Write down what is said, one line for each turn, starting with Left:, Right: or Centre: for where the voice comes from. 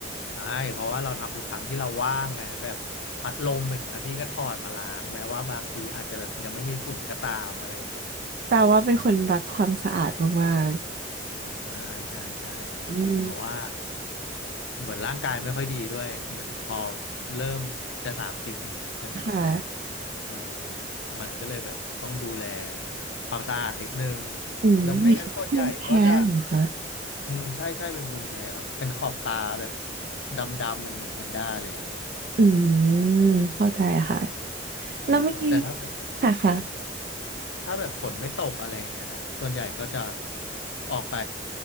Left: ใช่เพราะว่าเราทำทุกครั้งที่เราว่างไงแบบพัดลมอย่างเงี้ยพี่ก็ถอดมาล้างแม้ว่าบางทีอาจจะแบบยังไม่มีฝุ่นก็ตามอะไรอย่างเงี้ย
Right: แปลว่าเป็นคนรักความสะอาดมาก
Left: ใช่ใช่ใช่จริงๆเพราะว่า
Right: อืม
Left: เหมือนร่างกายไม่ค่อยดีด้วยเหมือนพอเริ่มจะสามสิบอย่างเงี้ยใช่ไหม
Right: ค่ะ
Left: เออมันก็เลยแบบต้องดูแลความสะอาดนิดนึง
Right: อืม
Left: แล้วไม่งั้นส่วนใหญ่ก็จะ
Right: มีช่ภูมิแพ้เหรอคะ
Left: อืมใช่ใช่เป็นภูมิแพ้ครับเป็นขอบตาแบบดำๆมันหมีแพนด้าเลยอ่ะ
Right: อืม เข้าใจค่ะ
Left: ใช่ใช่แต่ถ้าแบบ
Right: แล้วเมื่อกี้ค่ะค่ะ
Left: ถ้าแบบฝนไม่ตกอะไรอย่างเงี้ยครับ ส่วนใหญ่ก็จะออกไป